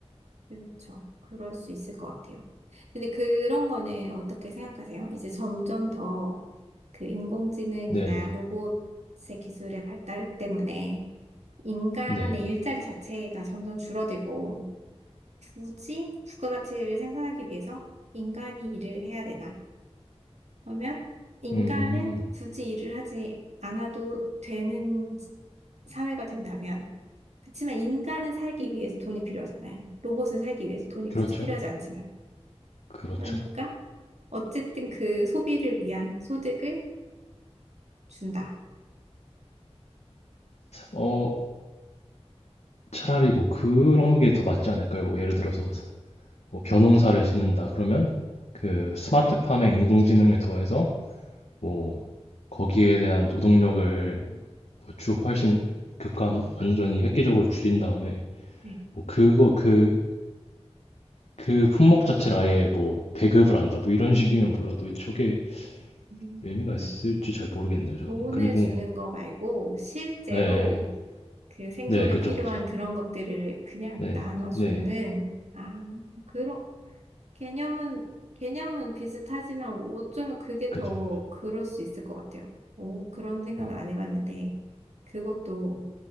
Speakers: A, on the right; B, on the left.
A: 그렇죠. 그럴 수 있을 것 같아요. 근데 그런 거는 어떻게 생각하세요? 이제 점점 더 그 인공지능이나
B: 네네
A: 로봇의 기술의 발달 때문에 인간의
B: 네네
A: 일자리 자체가 점점 줄어들고 굳이 부가가치를 생산하기 위해서 인간이 일을 해야 되나? 그러면 인간은
B: 네음
A: 굳이 일을 하지 않아도 되는 사회가 된다면 그렇지만 인간은 살기 위해서 돈이 필요하잖아요. 로봇은 살기 위해서 돈이
B: 그렇죠
A: 굳이 필요하지 않지만
B: 그렇죠
A: 그러니까 어쨌든 그 소비를 위한 소득을 준다.
B: 어 차라리 뭐 그런 게 더 맞지 않을까요? 뭐 예를 들어서 뭐 벼농사를 짓는다 그러면 그 스마트팜에 인공지능을 더해서 뭐 거기에 대한 노동력을 뭐주 훨씬 급감 완전히 획기적으로 줄인 다음에
A: 네.
B: 뭐 그거 그 그 품목 자체를 아예 뭐 배급을 한다 뭐 이런 식이면 몰라도 저게
A: 음.
B: 의미가 있을지 잘 모르겠네요, 저는.
A: 돈을
B: 그리고,
A: 주는 거 말고 실제로
B: 네,
A: 그 생존에
B: 네, 그죠,
A: 필요한
B: 그죠.
A: 그런 것들을 그냥
B: 네,
A: 나눠주는,
B: 네,
A: 아, 그런, 개념은, 개념은 비슷하지만 어쩌면 그게
B: 그죠,
A: 더
B: 그죠.
A: 그럴 수 있을 것 같아요. 오, 그런 생각을
B: 네,
A: 안 해봤는데, 그것도,